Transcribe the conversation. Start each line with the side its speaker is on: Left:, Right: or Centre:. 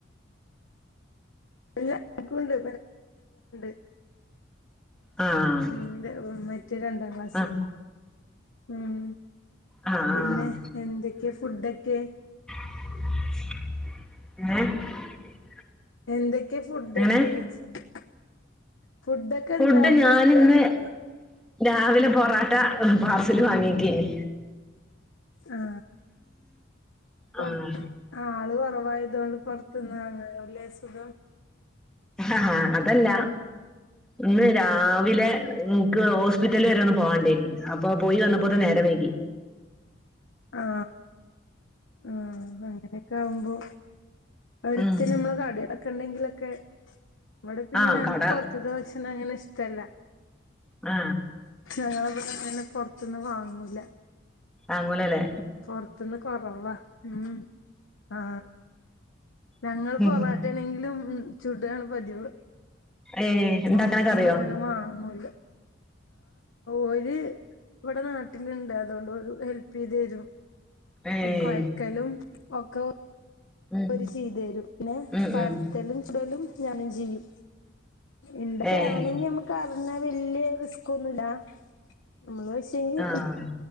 Left: ഇല്ല എക്കുംണ്ട് <unintelligible>
Centre: ആഹ്
Left: ഉം ന്റെ മറ്റേ രണ്ടാം ക്ലാസിലും
Centre: ആഹ്
Left: ഉം
Centre: ആഹ് ആഹ്
Left: പിന്നെ എന്തൊക്കെ ഫുഡൊക്കെ
Centre: <inaudible>
Left: എന്തൊക്കെ ഫുഡൊയ്ച്ച
Centre: എങ്ങനെ
Left: ഫുഡൊക്കെ
Centre: ഫുഡ്
Left: എന്താ ചോയ്ക്ക
Centre: ഞാനിന്ന് രാവിലെ പൊറോട്ട പാർസൽ വാങ്ങിക്കെയ്ന്
Left: ആ പൊർത്ത്
Centre: ആഹ്
Left: ആള് കൊറവായതോണ്ട് പൊർത്ത് ത്ത്ന്ന് വാങ്ങാവുലേ സുഖം
Centre: ആ അതല്ല ഇന്ന് രാവിലെ ൻക്ക് ഹോസ് പിറ്റല് വെരെ ഒന്ന് പോവാണ്ടേനി അപ്പൊ പോയി വന്നപ്പോത്തിന് നേരം വൈകി
Left: ആ ആ അങ്ങനൊക്കാവുമ്പോ
Centre: ഉം
Left: എട്ത്ത് ഞമ്മള് കടേലൊക്കെ ണ്ടെങ്കിലൊക്കെ വടെ പിന്നെ
Centre: ആഹ്
Left: ഞങ്ക്ക്
Centre: കട
Left: പൊർത്ത്ത്തെ ഭക്ഷണങ്ങനെ ഇഷ്ടല്ല
Centre: ആ
Left: ങ്ങളെ തന്നെ പൊറത്തൊന്നും വാങ്ങൂല
Centre: വാങ്ങുലല്ലേ
Left: പുറത്തുന്ന് കൊറല്ല ഉ ആ ഞങ്ങ
Centre: ഉം
Left: പൊറാട്ട ആണെങ്കിലും ഉ ചൂടാണ് പതിവ്
Centre: ഏഹ്
Left: പൊറത്തന്നും
Centre: ഇണ്ടാക്കാനൊക്കെ അറിയോ
Left: അങ്ങനെ വാങ്ങൂല ഒരുര് ഇവിടെ നാട്ടിലുണ്ട് അതുകൊണ്ട് ഒരു ഹെൽപ് ചെയ്ത് തരും
Centre: ഏഹ്
Left: കൊയ്ക്കലും ഒക്കെ
Centre: ഉം
Left: ഒരുര് ചെയ്ത തരും പിന്നെ
Centre: ഉം
Left: പരത്തലും
Centre: ഉം
Left: ചുടലും ഞാനും ചെയും എന്തൊക്കൊണെങ്കി
Centre: ഏഹ്
Left: നമ്മക്ക് അറിഞ്ഞാ വല്യ റിസ്ക്കോന്നും ഇടാ നമ്മള് വച്ചെങ്കി
Centre: ആഹ്